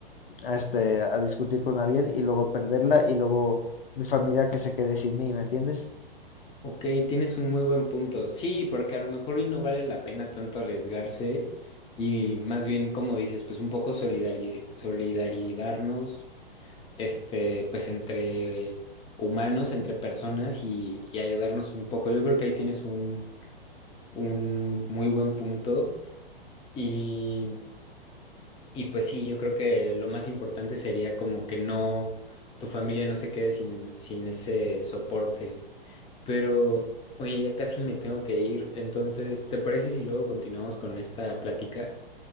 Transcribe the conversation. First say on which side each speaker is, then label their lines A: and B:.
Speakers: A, on the left; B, on the left.
A: a, este, a discutir con alguien y luego perderla y luego mi familia que se quede sin mí, ¿me entiendes?
B: Ok, tienes un muy buen punto. Sí, porque a lo mejor y no vale la pena tanto arriesgarse y más bien, como dices, pues un poco solidari solidarizarnos, este, pues entre humanos, entre personas y, y ayudarnos un poco. Yo creo que ahí tienes un un muy buen punto. Y, y pues sí, yo creo que lo más importante sería como que no, tu familia no se quede sin, sin ese soporte. Pero, oye, ya casi me tengo que ir. Entonces, ¿te parece si luego continuamos con esta plática?